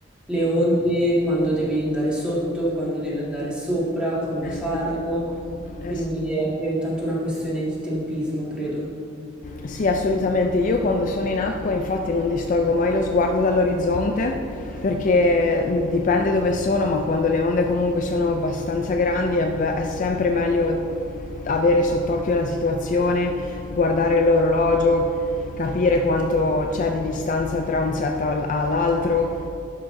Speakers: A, in the centre; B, on the left.
A: le onde, quando devi andare sotto, quando devi andare sopra, come
B: Eh
A: farlo.
B: sì,
A: Quindi
B: eh sì.
A: è anche tanto una questione di tempismo, credo.
B: Sì, assolutamente. Io quando sono in acqua, infatti, non distolgo mai lo sguardo dall'orizzonte perché dipende dove sono, ma quando le onde comunque sono abbastanza grandi è, be- è sempre meglio avere sott'occhio la situazione, guardare l'orologio, capire quanto c'è di distanza tra un set al- all'altro